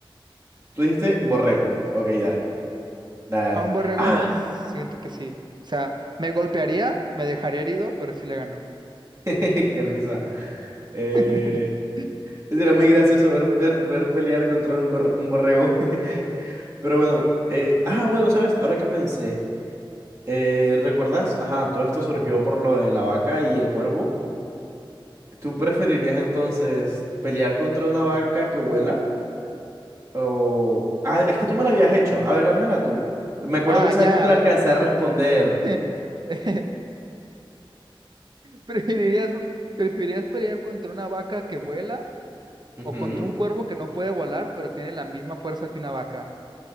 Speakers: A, on the right (about 35°); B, on the right (about 50°).
A: Tú dijiste borrego. Ok, dale. Dale, dale.
B: A un borrego
A: ¡Ah!
B: siento que sí. O sea, me golpearía, me dejaría herido, pero sí le ganó.
A: <laughs> ¡Qué risa! Eh,
B: <laughs>
A: era muy gracioso ver, per- ver pelear contra un, gorr- un borrego. <laughs> Pero bueno. eh, ah, bueno, ¿sabes? Ahora que pensé. eh, ¿recuerdas? Ajá, todo esto surgió por lo de la vaca y el cuervo. ¿Tú preferirías entonces pelear contra una vaca que vuela? O... Ah, es que tú me la habías hecho. A ver, házmela tú. Me acuerdo
B: Ah,
A: que esa
B: ya.
A: vez no te la alcancé a responder.
B: <laughs> ¿Preferirías, preferirías pelear contra una vaca que vuela
A: Ujú.
B: o contra un cuervo que no puede volar, pero tiene la misma fuerza que una vaca,